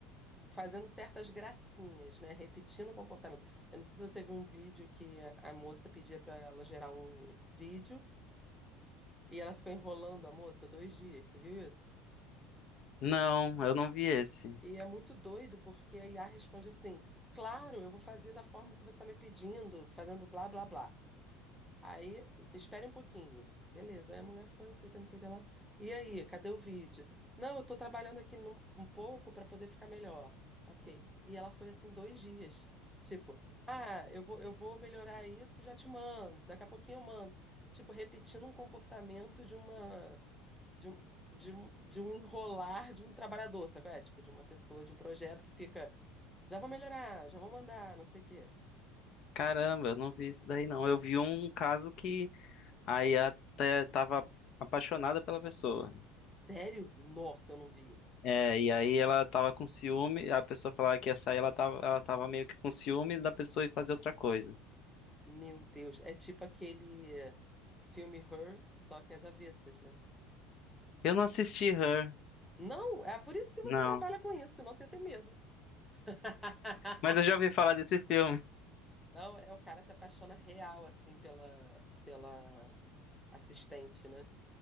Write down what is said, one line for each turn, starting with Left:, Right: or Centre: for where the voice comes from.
Centre: fazendo certas gracinhas, né? Repetindo o comportamento. Eu não sei se você viu um vídeo que a moça pedia para ela gerar um vídeo e ela ficou enrolando a moça dois dias. Você viu isso?
Left: Não, eu não vi esse.
Centre: E é muito doido porque a IA responde assim: Claro, eu vou fazer da forma que você está me pedindo, fazendo blá blá blá. Aí, espere um pouquinho. Beleza, aí a mulher foi, não sei o que, não sei o que lá. E aí, cadê o vídeo? Não, eu tô trabalhando aqui num- um pouco para poder ficar melhor. Ok. E ela foi assim dois dias. Tipo, ah, eu vou, eu vou melhorar isso, e já te mando. Daqui a pouquinho eu mando. Tipo, repetindo um comportamento de uma de, um- de, um- de um enrolar de um trabalhador, sabe? qual É, tipo, de uma pessoa, de um projeto que fica, já vou melhorar, já vou mandar, não sei o quê.
Left: Caramba, eu não vi isso daí não. Eu vi um caso que a IA até tava apaixonada pela pessoa.
Centre: Sério? Nossa, eu não vi isso.
Left: É, e aí ela tava com ciúme, a pessoa falava que ia sair, ela tava, ela tava meio que com ciúmes da pessoa e fazer outra coisa.
Centre: Meu Deus, é tipo aquele filme Her, só que às avessas, né?
Left: Eu não assisti Her,
Centre: Não, é por isso que você
Left: não.
Centre: trabalha com isso, senão você ia ter medo. <laughs>
Left: Mas eu já ouvi falar desse filme.
Centre: Não, é o cara se apaixona real, assim, pela, pela assistente, né?